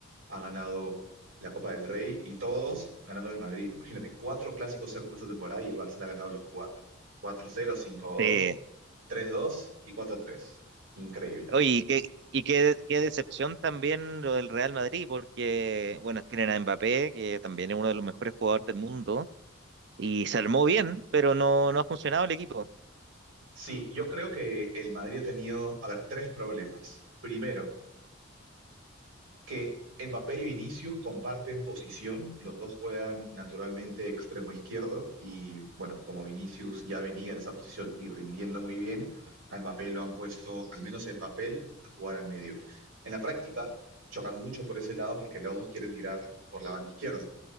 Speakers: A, on the right; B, on the right.
A: ha ganado la Copa del Rey y todos ganando el Madrid. Imagínate, cuatro clásicos en esta temporada y el Barça le ha ganado los cuatro. 4-0, 5-2,
B: sí
A: 3-2 y 4-3. Increíble.
B: oye, y qué, y qué, qué decepción también lo del Real Madrid, porque, bueno, tienen a Mbappé, que también es uno de los mejores jugadores del mundo, y se armó bien, pero no, no ha funcionado el equipo.
A: Sí, yo creo que el Madrid ha tenido, a ver, tres problemas. Primero, que Mbappé y Vinicius comparten posición, los dos juegan naturalmente extremo izquierdo y bueno, como Vinicius ya venía en esa posición y rindiendo muy bien, a Mbappé lo han puesto, al menos en papel, a jugar al medio. En la práctica, chocan mucho por ese lado porque los dos quieren tirar por la banda izquierda.